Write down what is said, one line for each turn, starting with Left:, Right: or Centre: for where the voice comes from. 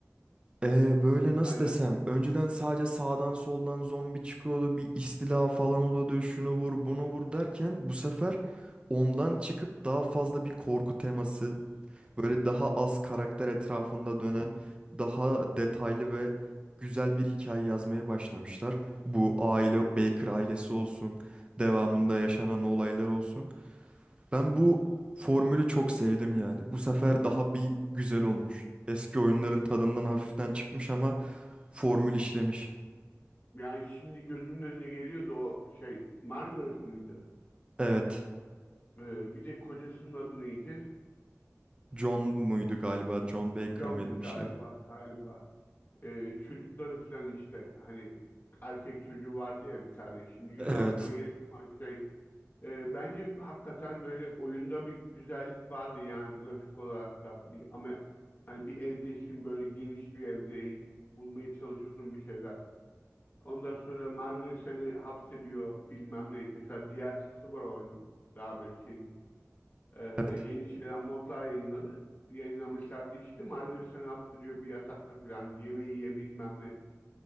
Right: Ee, böyle nasıl
Left: Aynen.
Right: desem, önceden sadece sağdan soldan zombi çıkıyordu, bir istila falan oluyordu, şunu vur, bunu vur derken bu sefer ondan çıkıp daha fazla bir korku teması, Böyle daha az karakter etrafında dönen, daha detaylı ve güzel bir hikaye yazmaya başlamışlar. Bu aile, Baker ailesi olsun, devamında yaşanan olaylar olsun. Ben bu formülü çok sevdim yani. Bu sefer daha bir güzel olmuş. Eski oyunların tadından hafiften çıkmış ama formül işlemiş.
Left: Yani şimdi gözümün önüne geliyordu o şey. Margaret mıydı?
Right: Evet.
Left: Ee, bir de kocasının adı neydi?
Right: John muydu galiba? John Baker
Left: John'du
Right: mıydı bir
Left: galiba.
Right: şey?
Left: Galiba. e, çocukları falan işte hani erkek çocuğu vardı ya bir tane. Şimdi yüzü
Right: Evet.
Left: aklıma geliyor ama şey e, bence hakikaten böyle oyunda bir güzellik vardı yani grafik olarak da bir ama hani bir evdesin böyle geniş bir evde bulmaya çalışıyorsun bir şeyler. Ondan sonra Margaret seni hapsediyor bilmem ne. Mesela DLC'si var oyunun. Daha böyle şey e,
Right: Evet.
Left: yeni şeyler modlar yayınladı. Yayınlamışlardı işte. Margaret seni hapsediyor bir yatakta falan. Yemeği ye bilmem ne.